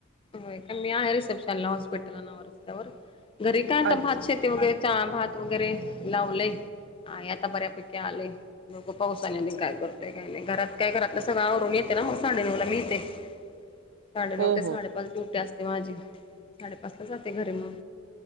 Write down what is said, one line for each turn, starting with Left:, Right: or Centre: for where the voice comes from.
Left: होय का? मी आहे रिसेप्शनला हॉस्पिटल नवारस्तावर. घरी काय
Right: अच्छा.
Left: आता भात शि <unintelligible> वगैरे चहा भात वगैरे लावलेय आणि आता बऱ्यापैकी आलेय. बघु पावसाने आणि काय करतय काय नाही. घरात काय घरातलं सगळं आवरून येते ना मग साडेनऊला मी इथे. साडे
Right: हो,
Left: नऊ ते
Right: हो.
Left: साडे पाच ड्युटी असते माझी. साडे पाचला जाते घरी मग.